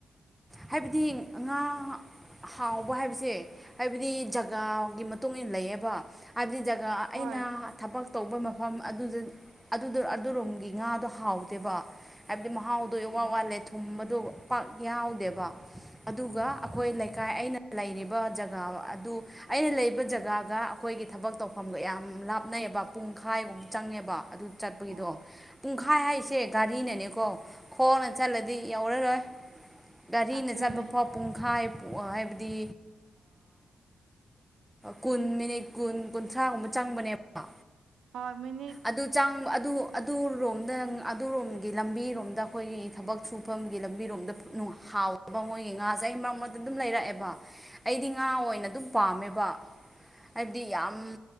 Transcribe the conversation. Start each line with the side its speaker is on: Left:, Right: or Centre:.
Centre: ꯍꯥꯏꯕꯗꯤ ꯉꯥ ꯍꯥꯎꯕꯥ ꯍꯥꯏꯕꯁꯦ ꯍꯥꯏꯕꯗꯤ ꯖꯒꯥꯒꯤ ꯃꯇꯨꯡ ꯏꯟꯔꯩꯕ ꯍꯥꯏꯕꯗꯤ ꯑꯩꯅ
Right: ꯍꯣꯏ
Centre: ꯊꯕꯛꯀꯤ ꯇꯧꯕ ꯃꯐꯝ ꯑꯗꯨ ꯗꫭ ꯑꯗꯨꯔꯣꯝꯒꯤ ꯉꯥꯗꯣ ꯍꯥꯎꯇ°ꯕꯥ ꯍꯥꯏꯕꯗꯤ ꯍꯥꯏꯗꯤ ꯃꯍꯥꯎꯗꯣ ꯏꯋꯥꯠ
Right: ꯑꯣ
Centre: ꯋꯥꯠꯂꯦ ꯊꯨꯝꯕꯗꯣ ꯄꯥꯛ ꯌꯥꯎꯗꯦꯕꯥꯥ ꯑꯗꯨꯒ ꯑꯩꯈꯣꯏ ꯂꯩꯀꯥꯏ ꯑꯩꯅ ꯂꯩꯔꯤꯕ ꯖꯒꯥ ꯑꯗꯨ ꯑꯩꯅ ꯂꯩꯔꯤꯕꯥ ꯖꯒꯥꯒ ꯑꯩꯈꯣꯏꯒꯤ ꯒꯤ ꯊꯕꯛ ꯇꯧꯐꯝꯒ ꯌꯥꯝ ꯂꯥꯞꯅꯩꯑꯩꯕ ꯄꯨꯡꯈꯥꯏꯒꯨꯝꯕ ꯆꯪꯉꯦꯕ ꯑꯗꯨ ꯆꯠꯄꯒꯤꯗꯣ
Right: ꯑꯣ
Centre: ꯄꯨꯡ ꯄꯨꯡꯈꯥꯏ ꯍꯥꯏꯁꯦ ꯒꯥꯔꯤꯅꯅꯦꯀꯣ ꯈꯣꯡꯅ ꯆꯠꯂꯗꯤ ꯌꯧꯔꯔꯣꯏ ꯒꯥꯔꯤꯅ
Right: ꯑꯗꯨꯅꯦ
Centre: ꯆꯠꯄꯗ ꯐꯥꯎ ꯄꯨꯡꯈꯥꯏ ꯍꯥꯏꯕꯗꯤ ꯀꯨꯟ ꯃꯤꯅꯤꯠ ꯀꯨꯟ ꯀꯨꯟꯊ꯭ꯔꯥꯒꯨꯝꯕ ꯆꯪꯕꯅꯦꯕꯥ꯫
Right: ꯍꯣꯏ ꯃꯤꯅꯤꯠ
Centre: ꯑꯗꯨꯒꯤ ꯆꯥꯡ ꯑꯗꯨ ꯑꯗꯨꯔꯣꯝꯗ ꯑꯗꯨꯔꯣꯝꯒꯤ ꯂꯝꯕꯤꯔꯣꯝꯗ ꯑꯩꯈꯣꯏꯒꯤ ꯊꯕꯛ ꯁꯨꯐꯝꯒꯤ ꯂꯝꯕꯤꯔꯣꯝꯗꯅꯤ ꯍꯥꯎꯕ ꯃꯣꯏꯒꯤ ꯉꯥꯁꯦ ꯑꯩ ꯃꯔꯛ ꯃꯔꯛꯇ ꯑꯗꯨꯝ ꯂꯩꯔꯛꯑꯦꯕ ꯑꯩꯗꯤ ꯉꯥ ꯑꯣꯏꯅ ꯑꯗꯨꯝ ꯄꯥꯝꯃꯦꯕꯥ꯫ ꯍꯥꯏꯕꯗꯤ ꯌꯥꯝ